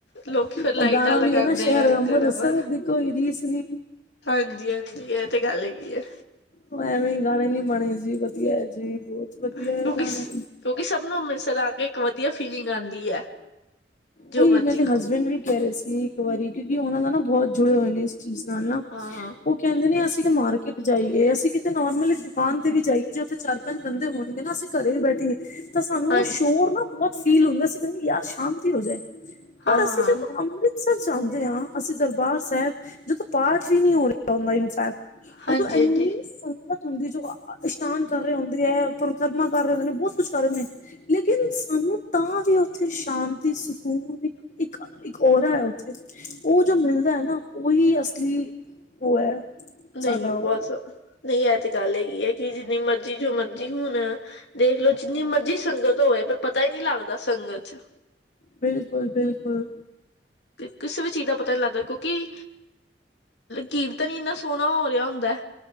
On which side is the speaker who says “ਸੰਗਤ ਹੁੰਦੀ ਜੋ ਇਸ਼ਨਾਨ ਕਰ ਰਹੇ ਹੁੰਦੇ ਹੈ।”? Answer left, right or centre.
Left